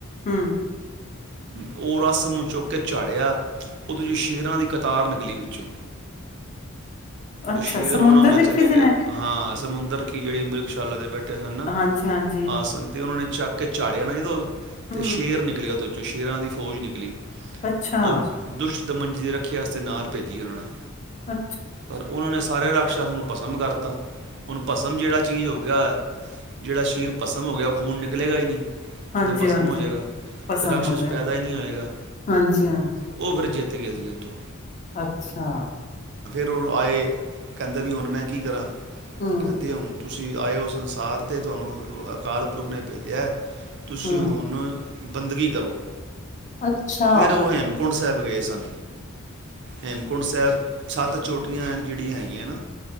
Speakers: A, on the left; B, on the right.
A: ਹਮ
B: ਉਹ ਰਸ ਨੂੰ ਚੁੱਕ ਕੇ ਝਾੜਿਆ ਉਹਦੇ ਚੋਂ ਸ਼ੇਰਾਂ ਦੀ ਕਤਾਰ ਨਿਕਲੀ ਵਿੱਚੋਂ
A: ਅੱਛਾ,
B: ਉਹ ਸ਼ੇਰ
A: ਸਮੁੰਦਰ
B: ਉਹਨਾਂ ਕੋਲ
A: ਰਿਖੀ
B: ਚਲੇ
A: ਜੀ
B: ਗਿਆ
A: ਨੇ,
B: ਹਾਂ ਸਮੁੰਦਰ ੀ ਜਿਹੜੀ ਮਿਗਸ਼ਾਲਾ ਦੇ ਬੈਠ ੇ ਸਨ ਨਾ
A: ਹਾਂਜੀ-ਹਾਂਜੀ,
B: ਆ ਸਨ ਤੇ ਉਹਨਾਂ ਨੇ ਚੱਕ ਕੇ ਚਾੜਿਆਣਾ ਇਹ ਅਤੇ
A: ਹੂੰ,
B: ਸ਼ੇਰ ਨਿਕਲਿਆ ਚੋਂ ਸ਼ੇਰਾਂ ਦੀ ਫੌਜ ਨਿਕਲੀ।
A: ਅੱਛਾ,
B: ਉਹ ਚ ਦੁਸ਼ ਮੰਜੀ ਦੀ ਰੱਖੀ ਆ ਨਾ ਨਾਲ ਭੇਜੀ ਆ ਉਹਨਾਂ ਨੇ
A: ਅ।
B: ਪਰ ਉਹਨਾਂ ਨੇ ਸਾਰੇ ਡਾਕ ਨਕਸ਼ਾ ਉਸਨੂੰ ਭਸਮ ਕਰਤਾ ਹੁਣ ਭਸਮ ਜਿਹੜਾ ਚੀਜ਼ ਹੋ ਗਿਆ ਜਿਹੜਾ ਸਰੀਰ ਭਸਮ ਹੋ ਗਿਆ ਖੂਨ ਨਿਕਲੇਗਾ ਹੀ ਨਹੀਂ।
A: ਹਾਂਜੀ-ਹਾਂਜੀ,
B: ਦੇਹ ਭਸਮ ਹੋ ਜਾਏਗਾ
A: ਪਸੰਦ
B: ਤੇ ਰਾਕਸ਼ਸ਼
A: ਮੁਝੇ,
B: ਪੈਦਾ ਹੀ ਨਹੀਂ ਹੋਏਗਾ
A: ਹਾਂਜੀ ਹਾਂ,
B: ਉਹ ਫਿਰ ਜਿੱਤ ਕਿੱਥੇ ਗਿਆ ਸੀ ਉਹ ਤੂੰ।
A: ਅੱਛਾ।
B: ਉਹ ਆਏ ਕਹਿੰਦੇ ਵੀ ਹੁਣ ਮੈਂ ਕੀ ਕਰਾਂ।
A: ਹੂੰ,
B: ਕਹਿੰਦੇ ਹੁਣ ਤੁਸੀਂ ਆਇਓ ਸੰਸਾਰ ਅਤੇ ਤੁਹਾਨੂੰ ਅਕਾਲ ਪੁਰਖ ਨੇ ਭੇਜਿਆ। ਤੁਸੀਂ
A: ਹੂੰ
B: ਹੁਣ ਬੰਦਗੀ ਕਰੋ।
A: ਅੱਛਾ।
B: ਫਿਰ ਉਹ ਹੇਮਕੁੰਡ ਸਾਹਿਬ ਉਹ ਗਏ ਸਨ। ਹੇਮਕੁੰਟ ਸਾਹਿਬ ਸਤ ਚੋਟੀਆਂ ਜਿਹੜੀਆਂ ਹੈਗੀਆਂ ਨਾ